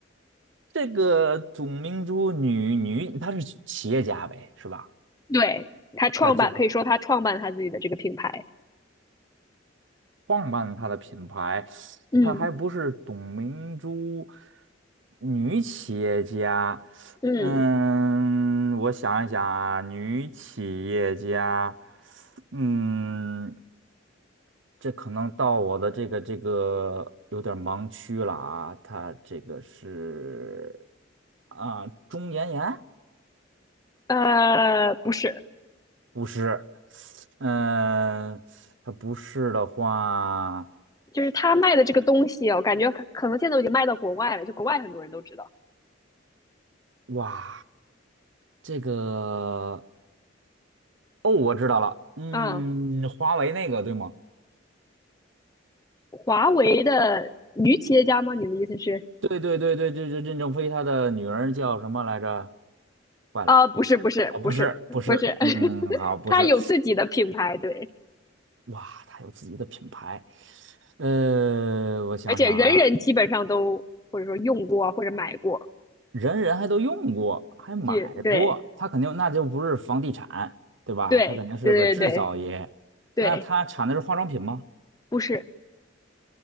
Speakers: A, on the right; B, on the left.
A: 这个董明珠女女，她是企业家呗，是吧？
B: 对，他创办，
A: 她就是。
B: 可以说他创办他自己的这个品牌。
A: 创办它的品牌，
B: 嗯
A: 它还不是董明珠女企业家。
B: 嗯。
A: 嗯，我想一想啊，女企业家，嗯，这可能到我的这个这个有点儿盲区了啊。她这个是啊，钟妍妍
B: 呃，不是，
A: 不是，嗯，她不是的话，
B: 就是他卖的这个东西哦，我感觉可可能现在都已经卖到国外了，就国外很多人都知道。
A: 哇。这个哦，我知道了，嗯，
B: 嗯，
A: 华为那个对吗？
B: 华为的女企业家吗？你的意思是？
A: 对对对对，对这任正非他的女儿叫什么来着？坏了，
B: 啊、不是，不是，
A: 哦，不是不是，
B: 不是，不是，<laughs>
A: 嗯，好，不是，
B: 他有自己的品牌，对，
A: 哇，他有自己的品牌，呃，我想想啊，
B: 而且人人基本上都或者说用过或者买过，
A: 人人还都用过，还买过，
B: 就对，
A: 他肯定那就不是房地产，对吧？
B: 对，
A: 他肯定是个制造业，
B: 对，对，对，对，
A: 那他产的是化妆品吗？
B: 不是